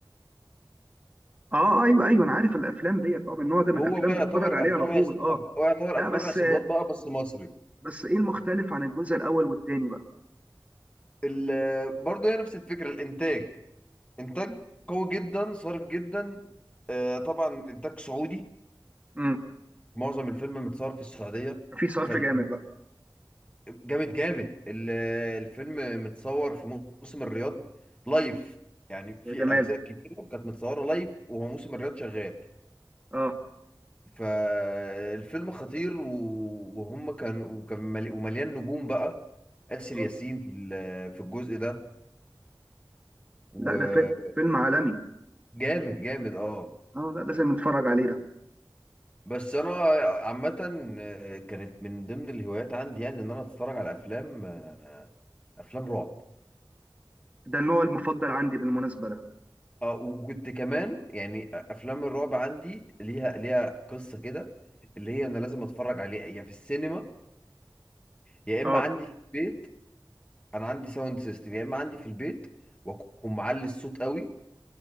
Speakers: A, on the right (about 20°); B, on the left (about 15°).
A: اه ايوه ايوه انا عارف الافلام ديت اه من النوع ده من
B: هو
A: الافلام
B: بقى يعتبر
A: بتفرج عليه
B: افلام
A: على طول
B: عص-
A: اه
B: هو يعتبر
A: لا
B: افلام
A: بس
B: عصابات بقى بس مصري
A: بس ايه المختلف عن الجزء الاول والتاني بقى
B: ال- برضه هي نفس الفكرة الانتاج انتاج قوي جدا صارف جدا آه طبعا انتاج سعودي
A: امم
B: معظم الفيلم متصور في السعودية
A: في صرف
B: فال...
A: جامد بقى
B: جامد جامد ال- الفيلم متصور في موسم الرياض لايف يعني في
A: يا جمال
B: أجزاء كتير كانت متصورة لايف وهو موسم الرياض شغال
A: اه
B: فالفيلم خطير و- وهم كان وكان مل- ومليان نجوم بقى آسر
A: اه
B: ياسين في ال- في الجزء ده وجامد
A: لا ده فيلم فيلم عالمي
B: جامد اه
A: اه لا لازم نتفرج عليه ده
B: بس انا عامة كانت من ضمن الهوايات عندي يعني ان انا اتفرج على افلام آه، افلام رعب
A: ده النوع المفضل عندي بالمناسبه ده
B: اه وكنت كمان يعني افلام الرعب عندي ليها ليها قصه كده اللي هي انا لازم اتفرج عليها يا في السينما يا اما
A: اه
B: عندي في البيت انا عندي ساوند سيستم يا اما عندي في البيت واكون معلي الصوت قوي